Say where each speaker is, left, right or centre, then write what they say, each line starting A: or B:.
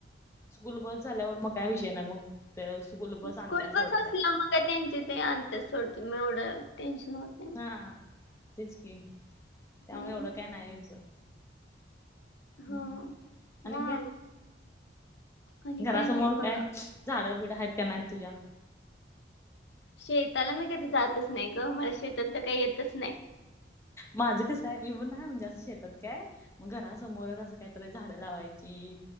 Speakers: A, on the left (about 15°); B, on the left (about 75°).
A: स्कूल बस झाल्यावर मग काय विषय नाही मग ते स्कूल बस
B: स्कूल
A: आणत्या सोडत
B: बस मग का त्यांचे ते अंतच सोडत मी एवढं टेन्शन होत नाही
A: हा तेच कि त्यामुळे
B: हम्म
A: एवढं काय नाहीच
B: हा
A: हम्म आणिन
B: मग
A: का
B: आणि
A: घरासमोर
B: काय नाही बघा
A: काय झाडं बिडं आहेत त्यां नाहीत तुझ्या
B: शेताला मी कधी जातच नाही ग मला शेतातलं काही येतच नाही
A: माझं कसं आहे मी पण नाही म्हणजे असं शेतात काय मग घरासमोरच असं काहीतरी झाडं लावायची